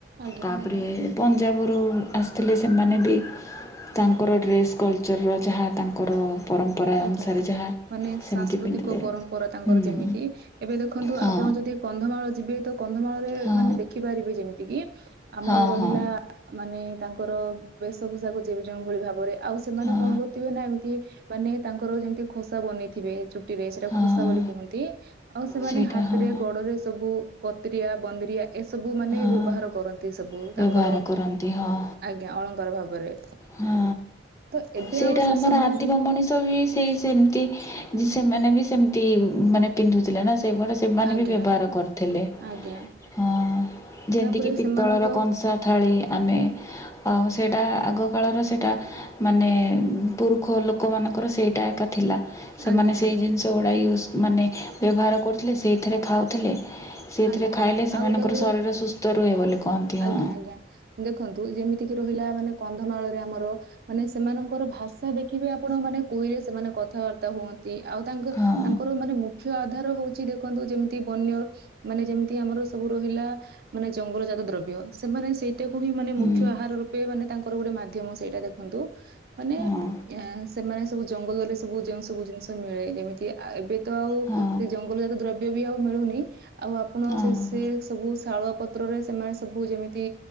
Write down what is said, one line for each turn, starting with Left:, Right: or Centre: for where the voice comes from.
Right: ଆଜ୍ଞା
Left: ତାପରେ
Right: ଆଜ୍ଞା
Left: ପଞ୍ଜାବରୁ ଆସିଥିଲେ ସେମାନେ ବି ତାଙ୍କର ଡ୍ରେସ୍ କଲଚର୍ର ଯାହା ତାଙ୍କର ପରମ୍ପରା
Right: ଆଜ୍ଞା
Left: ଅନୁସାରେ ଯାହା
Right: ମାନେ ସାଂସ୍କୃତିକ
Left: ସେମିତି ପିନ୍ଧିଲେ
Right: ପରମ୍ପରା ତାଙ୍କର
Left: ହୁଁ
Right: ଯେମିତି ଏବେ ଦେଖନ୍ତୁ
Left: ହଁ
Right: ଆପଣ ଯଦି କନ୍ଧମାଳ ଯିବେ ତ କନ୍ଧମାଳରେ
Left: ହଁ
Right: ମାନେ ଦେଖିପାରିବେ ଯେମିତି କିି ଆମର
Left: ହଁ
Right: ରହିଲା
Left: ହଁ
Right: ମାନେ ତାଙ୍କର ବେଶଭୂଷାକ ଯ ଯେଉଁ ଭଳି ଭାବରେ ଆଉ ସେମାନେ
Left: ହଁ
Right: କଣ କରୁଥିବେ ନା ଏମିତି ମାନେ ତାଙ୍କର ଯେମିତି ଖୋସା ବନେଇଥିବେ ସେଟା
Left: ହଁ
Right: ଖୋସା ବୋଲି କୁହନ୍ତି ଆଉ ସେମାନେ
Left: ସେଇଟା
Right: ହାତରେ
Left: ହଁ
Right: ଗୋଡ଼ରେ ସବୁ କତରିଆ ବନ୍ଦିରିଆ ଏସବୁ ମାନେ
Left: ହଁ
Right: ବ୍ୟବହାର କରନ୍ତି ସବୁ
Left: ବ୍ୟବହାର
Right: ତାଙ୍କର
Left: କରନ୍ତି ହଁ
Right: ଆଜ୍ଞା ଅଳଙ୍କାର ଭାବରେ
Left: ହଁ
Right: ତ ଏବେ
Left: ସେଇଟା
Right: ଆଉ ସେ
Left: ଆମର
Right: ସବୁ
Left: ଆଦିମ ମଣିଷ ବି ସେଇ ସେମତି ସେମାନେ ବି ସେମିତି ମାନେ ପିନ୍ଧୁଥିଲେ ନା ସେଗୁଡା ସେମାନେ
Right: ଆଜ୍ଞା
Left: ବି ବ୍ୟବହାର
Right: ଆଜ୍ଞା
Left: କରୁଥିଲେ
Right: ଆଜ୍ଞା
Left: ହଁ ଯେମତିକି
Right: ତାପରେ
Left: ପିତ୍ତଳର
Right: ସେମାନଙ୍କ
Left: କଂସା ଥାଳି ଆମେ ଆଉ ସେଇଟା ଆଗ କାଳର ସେଇଟା ମାନେ ପୁରୁଖ ଲୋକମାନଙ୍କର ସେଇଟା ଥିଲା ସେମାନେ
Right: ଆଜ୍ଞା ଆଜ୍ଞା
Left: ସେଇ ଜିନିଷ ସେଗୁଡ଼ା ୟୁଜ୍ ମାନେ ବ୍ୟବହାର କରୁଥିଲେ ସେଇଥିରେ ଖାଉଥିଲେ ସେଇଥିରେ
Right: ଆଜ୍ଞା
Left: ଖାଇଲେ ସେମାନଙ୍କର
Right: ଆଉ ତାପରେ
Left: ଶରୀର ସୁସ୍ଥ ରୁହେ ବୋଲି କହନ୍ତି
Right: ଆଜ୍ଞା
Left: ହଁ
Right: ଆଜ୍ଞା ଦେଖନ୍ତୁ ଯେମିତି କିି ରହିଲା ମାନେ କନ୍ଧମାଳରେ ଆମର ମାନେ, ସେମାନଙ୍କର ଭାଷା ଦେଖିବେ ଆପଣ ମାନେ କୁଏ, ସେମାନେ କଥାବାର୍ତ୍ତା ହୁଅନ୍ତି। ଆଉ ତାଙ୍କ
Left: ହଁ
Right: ତାଙ୍କର ମାନେ ମୁଖ୍ୟ ଆଧାର ହଉଛି, ଦେଖନ୍ତୁ ଯେମିତି ବନ୍ୟ ମାନେ ଯେମିତି ଆମର ସବୁ ରହିଲା, ମାନେ ଜଙ୍ଗଲ ଜାତ ଦ୍ରବ୍ୟ, ସେମାନେ ସେଇ କୁ ପୁଣି ହିଁ ମାନେ
Left: ହୁଁ
Right: ମୁଖ୍ୟ ଆହାର ରୂପେ, ମାନେ ତାଙ୍କର ଗୋଟେ ମାଧ୍ୟମ ସେଇଟା ଦେଖନ୍ତୁ। ମାନେ,
Left: ହଁ
Right: <unintelligible> ସେମାନେ ସବୁ ଜଙ୍ଗଲରେ ସବୁ ଯେଉଁ ସବୁ ଜିନିଷ ମିଳେ ଏମିତି ଆୟୁ ଏବେ ତ ଆଉ,
Left: ହଁ
Right: ସେ ଜଙ୍ଗଲ ଜାତ ଦ୍ରବ୍ୟ ବି ଆଉ ମିଳୁନି ଆଉ ଆପଣ,
Left: ହଁ
Right: ସେ, ସେ ସବୁ ଶାଳୁଆ ପତ୍ରରେ ସେମାନେ ସବୁ ଯେମିତି